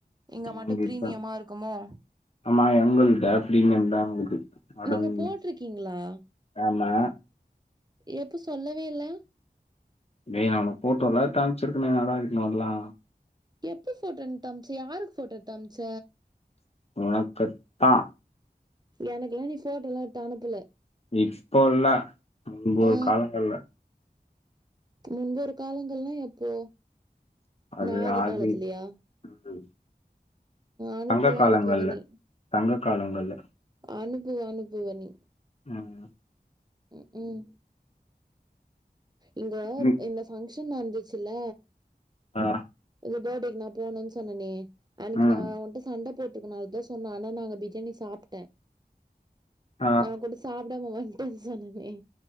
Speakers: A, on the right (about 25°); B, on the left (about 40°).
A: இங்க மட்டு
B: கண்டிப்பா
A: பிரீமியமா இருக்குமோ
B: ஆமா எங்குள்ட்ட பிரீமியம் தா இருக்கு அடங்கு
A: நீங்க போட்டிருக்கீங்களா
B: ஆமா
A: எப்போ சொல்லவே இல்ல
B: நீ அவன ஃபோட்டோல காமிச்சிருக்குணு நல்லா இருக்குன்னுன்லா
A: எப்ப ஃபோட்டோ எந்த்து அம்ச்ச யாருக்கு ஃபோட்டோ எத்து அம்ச்ச
B: உனக்குத்தா
A: எனக்குலா நீ ஃபோட்டோலா எத்து அனுப்புல
B: இப்போ இல்ல முன்பு
A: ஆ
B: ஒரு காலங்கள்ல
A: முன்பொரு காலங்கள்னா எப்போ
B: அது
A: நா
B: ஆதி
A: காலத்துலயா
B: முன்பு
A: அனுப்புவ
B: சங்க காலங்கள்ல
A: அனுப்புவ நீ
B: சங்க காலங்கள்ல
A: அனுப்புவ அனுப்புவ நீ
B: ம்
A: ம் க்கும் இங்க
B: மி-
A: இந்த ஃபங்க்ஷன் நடந்துச்சுல
B: ஆ
A: இந்த படேக்கு நா போனுன் சொன்னனே அன்னைக்கு
B: ம்
A: நா உன்ட்ட சண்ட போட்டு இதனால் தான் சொன்ன ஆனா நா அங்க பிரியாணி சாப்ட்டே
B: ஆ
A: நா ஒகிட் சாப்டாம வன்ட்டன் சொன்னே